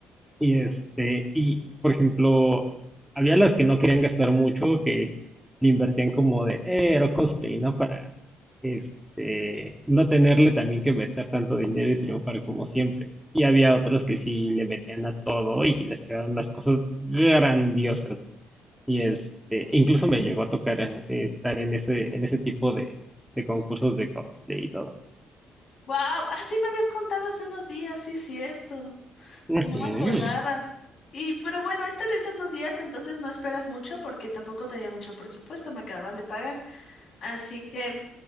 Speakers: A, in the centre; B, on the left.
A: Y este, y por ejemplo, había las que no querían gastar mucho, que le invertían como de, eh, era cosplay, ¿no? Para, este, no tenerle también que meter tanto dinero y triunfar como siempre. Y había otros que sí le metían a todo y les quedaban las cosas grandiosas. Y este, incluso me llegó a tocar eh, estar en ese, en ese tipo de, de concursos de cosplay y todo.
B: Wow, así me habías contado hace unos días, sí, cierto.
A: Ujú.
B: No me acordaba. Y, pero bueno, este lo hice en dos días, entonces no esperas mucho porque tampoco tenía mucho presupuesto, me acababan de pagar. Así que